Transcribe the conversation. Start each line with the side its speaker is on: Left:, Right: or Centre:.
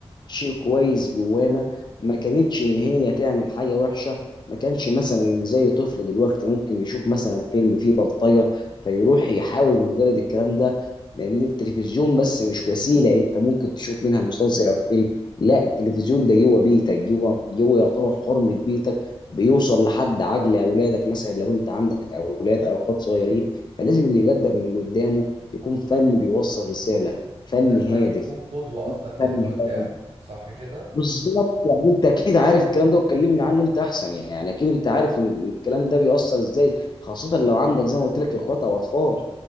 Left: شيء كويس جوانا ما كانتش ان هي تعمل حاجه وحشه ما كانش مثلا ان زي طفل دلوقتي ممكن يشوف مثلا فيلم فيه بلطجه فيروح يحاول انه يجرد الكلام ده لان التلفزيون بس مش وسيله انت ممكن تشوف منها مسلسل او فيلم لا التلفزيون ده جوه بيتك جوه جوه يعتبر حرمه بيتك بيوصل لحد عقل اولادك مثلا لو انت عندك اولاد او اخوات صغيرين فلازم اللي يقدم من قدامه يكون فن بيوصل رساله فن
Right: لازم
Left: هادف
Right: أن يكون قدوة قصدك
Left: فن
Right: للي قدامه
Left: هادف
Right: صح كده
Left: بالظبط يعني انت اكيد عارف الكلام ده وتكلمني عنه انت احسن يعني اكيد انت عارف ان الكلام ده بيأثر ازاي خاصة لو عندك زي ما قلت لك اخوات او اطفال